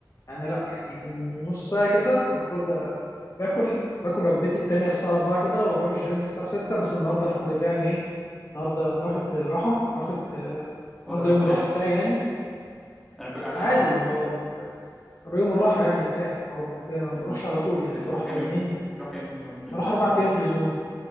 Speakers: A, on the left; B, in the centre.
A: يعني لا يعني من نص ساعه كده المفروض باكل باكل وجبتي التانية الساعة 4 كده وبروح الجيم الساعة 6 بس النهاردة الحمد لله يعني ايه النهاردة أنا واخد راحة واخد النهاردة
B: واخد راحه
A: يوم الراحة
B: ليه
A: بتاعي يعني
B: انا كنت عشان
A: عادي
B: عصر
A: ما هو يوم الراحة يعني بتاعي ما هو ب- ما بروحش
B: امم
A: على طول يعني
B: انت
A: بروح
B: بتروح كام
A: يومين
B: يوم بتروح كام يوم في الاسبوع
A: بروح أربع أيام في الأسبوع